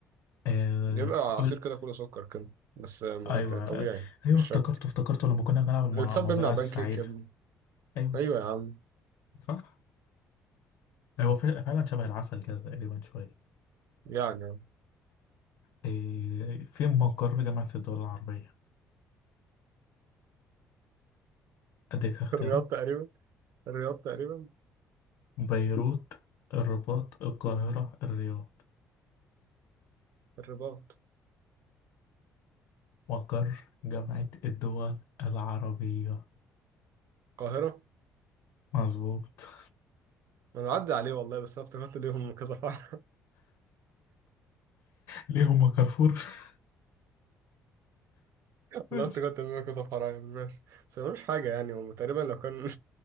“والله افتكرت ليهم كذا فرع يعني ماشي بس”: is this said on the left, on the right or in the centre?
Right